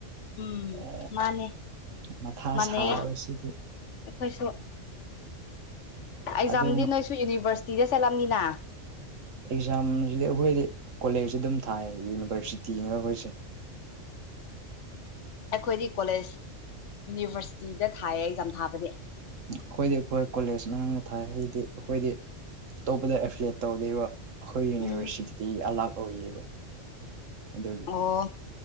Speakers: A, on the left; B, on the right.
A: ꯎꯝ
B: ꯑ
A: ꯃꯥꯅꯦ
B: ꯃꯊꯥ
A: ꯃꯥꯟꯅꯩꯌꯦ
B: ꯁꯥꯕꯁꯤꯗꯤ
A: ꯑꯩꯈꯣꯏꯁꯨ ꯑꯦꯛꯖꯥꯝꯗꯤ
B: ꯑꯗꯨ
A: ꯅꯣꯏꯁꯨ ꯌꯨꯅꯤꯚꯔꯁꯤꯇꯤꯗ ꯆꯠꯂꯝꯅꯤꯅ
B: ꯑꯦꯛꯖꯥꯝꯁꯤꯗꯤ ꯑꯩꯈꯣꯏꯗꯤ ꯀꯣꯂꯦꯖ ꯑꯗꯨꯝ ꯊꯥꯏ ꯌꯨꯅꯤꯚꯔꯁꯤꯇꯤꯅ ꯑꯩꯈꯣꯏꯁꯦ
A: ꯑꯩꯈꯣꯏꯗꯤ ꯀꯣꯂꯦꯖ ꯌꯨꯅꯤꯚꯔꯁꯤꯇꯤꯗ ꯊꯥꯏꯌꯦ ꯑꯦꯛꯖꯥꯝ ꯊꯥꯕꯗꯤ
B: ꯑꯩꯈꯣꯏꯗꯤ ꯍꯈꯣꯏ ꯀꯣꯂꯦꯖ ꯃꯅꯨꯡꯗ ꯊꯥꯏꯔꯗꯤ ꯑꯩꯈꯣꯏꯗꯤ ꯑꯇꯣꯞꯄꯗ ꯑꯦꯐ꯭ꯂꯦꯠ ꯇꯧꯗꯕ ꯑꯩꯈꯣꯏ ꯌꯨꯅꯤꯚꯔꯁꯤꯇꯤꯗꯤ
A: ꯎꯝ
B: ꯑꯂꯥꯛ ꯑꯣꯏꯌꯦꯕ ꯑꯗꯨꯒꯤ
A: ꯑꯣ